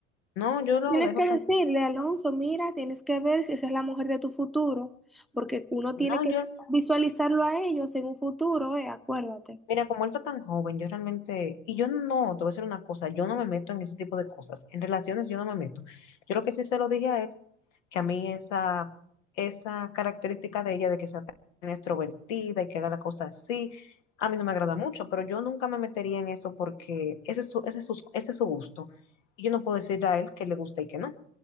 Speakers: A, on the left (about 75°); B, in the centre.
A: no, yo lo
B: Tienes
A: dejo
B: que
A: tranquilo.
B: decirle, Alonso, mira, tienes que ver si esa es la mujer de tu futuro, porque uno
A: No,
B: tiene que
A: yo,
B: visualizarlo a ellos en un futuro, eh, acuérdate.
A: mira, como él está tan joven, yo realmente, y yo no, te voy a decir una cosa, yo no me meto en ese tipo de cosas. En relaciones yo no me meto. Yo lo que sí se lo dije a él que a mí esa, esa característica de ella, de que sea tan extrovertida y que haga la cosa así, a mí no me agrada mucho, pero yo nunca me metería en eso porque ese es su, ese es su, ese es su gusto. Y yo no puedo decirle a él que le gusta y que no.